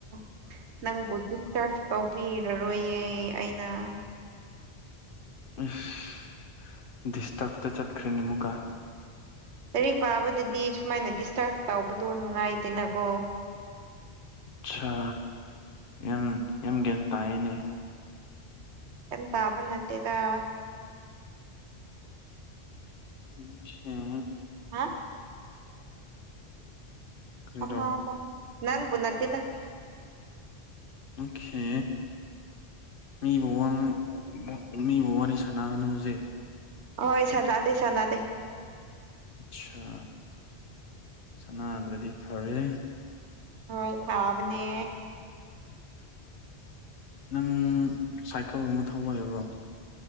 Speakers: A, on the right (about 85°); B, on the left (about 60°).
A: ꫰ ꯅꯪꯕꯨ ꯗꯤꯇꯔꯐ ꯇꯧꯕꯤꯔꯔꯣꯏꯌꯦ ꯑꯩꯅ ꫰
B: ꯏꯁ ꯗꯤꯁꯇꯔꯐ ꯇꯥ ꯆꯠꯈ꯭ꯔꯦꯅꯦ ꯃꯨꯛꯀꯥ ꫰
A: ꯂꯥꯏꯔꯤꯛ ꯄꯥꯕꯗꯗꯤ ꯁꯨꯃꯥꯏꯅ ꯗꯤꯁꯇꯥꯔꯐ ꯇꯧꯕꯗꯣ ꯅꯨꯡꯉꯥꯏꯇꯦꯅꯀꯣ ꫰
B: ꯆꯥ ꯌꯥꯝ ꯌꯥꯝ ꯒ꯭ꯌꯥꯟ ꯇꯥꯏꯌꯦꯅꯦ ꯫
A: ꯀꯝ ꯇꯥꯕ ꯅꯠꯇꯦꯗꯥ ꫰
B: ꯆꯦ ꫰
A: ꯍꯥ
B: ꯀꯔꯤꯔꯣ
A: ꯑꯃꯄꯪ ꯅꯪꯕꯨ ꯅꯠꯇꯦꯗ ꫰
B: ꯑꯣꯈꯦ ꯃꯤꯕꯨ ꯋꯥ ꯉꯥꯡ ꯃꯤꯕꯨ ꯋꯥꯔꯤ ꯁꯥꯟꯅꯒꯅꯨ ꯍꯧꯖꯤꯛ
A: ꯍꯣꯏ ꯁꯥꯟꯅꯗꯦ ꯁꯥꯟꯅꯗꯦ
B: ꯁꯥ ꯁꯅꯥꯗ꯭ꯔꯗꯤ ꯐꯔꯦ
A: ꯍꯣꯏ ꯐꯥꯕꯅꯦ
B: ꯅꯪ ꯁꯥꯏꯀꯜꯒꯨꯝꯕ ꯊꯧꯕ ꯍꯩꯕ꯭ꯔꯣ